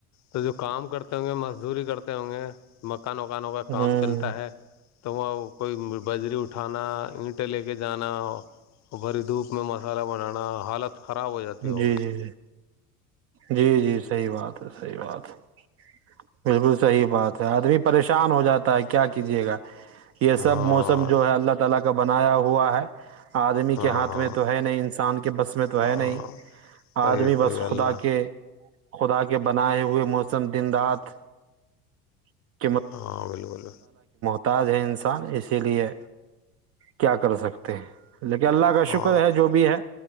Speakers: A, on the left; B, on the right.
A: تو جو کام کرتے ہوں گے مزدوری کرتے ہوں گے مکانوںکانوں کا
B: ہوں
A: کام چلتا ہے تو وہاں کوئی بجری اٹھانا اینٹیں لے کے جانا اور بھری دھوپ میں مسالحہ بنانا حالت خراب ہو جاتی ہوگا
B: جی جی جی جی جی صحی بات ہے صحیح بات ہے بالکل صحیح بات ہے آدمی پریشان ہو جاتا ہے کیا کیجیے گا یہ
A: ہاں
B: سب موسم جو ہے اللہ تعالی کا کا بنایا ہوا ہے آدمی
A: ہاں
B: کے ہاتھ
A: ہاں
B: میں تو ہے نہیں انسان کے بس میں تو
A: ہاں
B: ہے نہیں
A: صحیح
B: آدمی بس
A: صحیح اللہ
B: خدا کے خدا کے بنائے ہوئے موسم دن رات <unintelligible>
A: ہاں بالکل
B: تاج ہے انسان اسی لیے کیا کر سکتے ہیں لیکن اللہ کا
A: ہاں
B: شکر ہے جو بھی ہے